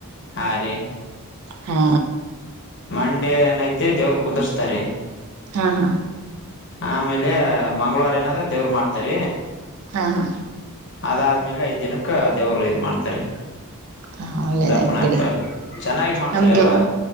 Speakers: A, on the left; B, on the right.
A: ಹಾ ರೀ
B: ಹಾ.
A: ಮನೋಡೇ ಇನಾಯ್ಯಿ ತೆ ದೇವ್ರ ಕುದಸ್ತಾರೆ
B: ಹಾ ಹಾ.
A: ಆಮೇಲೆ ಮಂಗಳವರ ಏನದ ದೇವ್ರ ಮಾಡ್ತಾರ
B: ಹಾ ಹಾ
A: ಅದಾದ್ಮೇಲೆ ಐದ್ ದಿನಕ್ಕ ದೇವರು ಇದ ಮಾಡ್ತಾರೆ
B: ಹಾ ಒಳ್ಳೇದಾಯ್ತು
A: ದಪ್ಪನ್ ಹಾಕ್ತಾರ
B: ಬಿಡಿ
A: ಚೆನ್ನಾಗಿ ಮಾಡ್ತಾರೆ
B: ನಮ್ದು
A: ಎಲ್ಲ